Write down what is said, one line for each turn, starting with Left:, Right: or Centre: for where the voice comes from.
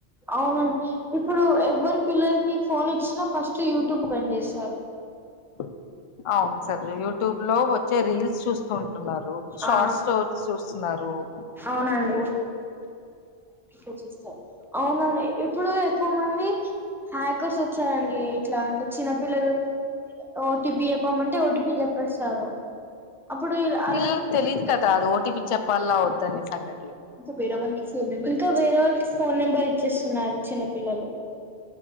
Centre: అవునండి ఇప్పుడు ఎవ్వరి పిల్లలు ఫోన్ ఇచ్చినా ఫస్ట్ యూట్యూబ్ పన్ చేస్తది
Left: <inaudible> అవును సార్ యూట్యూబ్ లో వచ్చే రీల్స్ చూస్తు ఉంటున్నారు షార్ట్
Centre: ఆ
Left: స్టోరీస్ చూస్తున్నారు రూపు
Centre: అవునండి తెచ్చిస్తా అవునండి ఇప్పుడు ఎక్కువ మంది హ్యాంకర్స్ వచ్చారండి ఇట్లా అంటే చిన్న పిల్లలు ఓటీపీ చెప్పమంటే ఓటీపీ చెప్పేస్తారు అప్పుడు అళ్
Left: పిల్లలకి
Centre: వీళ్ళకి తెలియదు
Left: కదా
Centre: కద
Left: అది
Centre: ఓటిపి
Left: ఓటీపీ చెప్పాలా వద్దనే సంగతి
Centre: ఇంకా వేరే వాళ్ళకి ఫోన్ నెం ఇంకా వేరే వాళ్ళకి ఫోన్ నెంబర్ ఇచ్చేస్తున్నారు చిన్న పిల్లలు